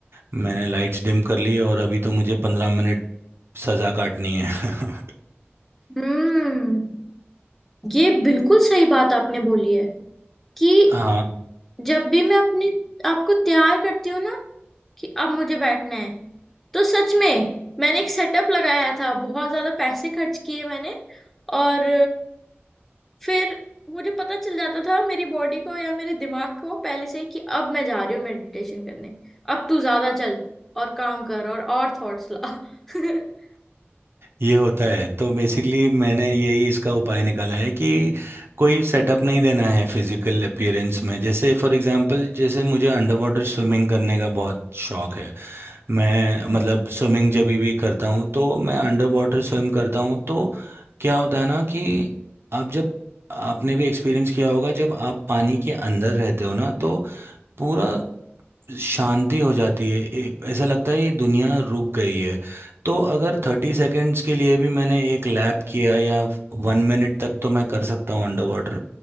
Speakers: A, on the right; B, in the centre.
A: मैंने लाइट्स डिम कर ली है और अभी तो मुझे पंद्रह मिनट सजा काटनी है <laughs>
B: हम्म ये बिल्कुल सही बात आपने बोली है कि
A: हाँ
B: जब भी मैं अपनी आपको तैयार करती हूँ ना कि अब मुझे बैठना है तो सच में मैंने एक सेटअप लगाया था बहुत ज्यादा पैसे खर्च किए मैंने और फिर मुझे पता चल जाता था मेरी बॉडी को या मेरे दिमाग को पहले से ही कि अब मैं जा रही हूँ मेडिटेशन करने अब तू ज्यादा चल और काम कर और और थॉट्स ला <laughs>
A: ये होता है तो बेसिकली मैंने यही इसका उपाय निकाला है कि कोई सेटअप नहीं देना है फिजिकल अपीयरेंस में जैसे फॉर एग्जांपल जैसे मुझे अंडर वाटर स्विमिंग करने का बहुत शौक है मैं मतलब स्विमिंग जब भी करता हूँ तो मैं अंडर वाटर स्विम करता हूँ तो क्या होता है ना कि आप जब आपने भी एक्सपीरियंस किया होगा जब आप पानी के अंदर रहते हो ना तो पूरा शांति हो जाती है ए- ऐसा लगता है ये दुनिया रुक गई है तो अगर थर्टी सेकेंड्स के लिए भी मैंने एक लैप किया या वन मिनट तक तो मैं कर सकता हूँ अंडर वाटर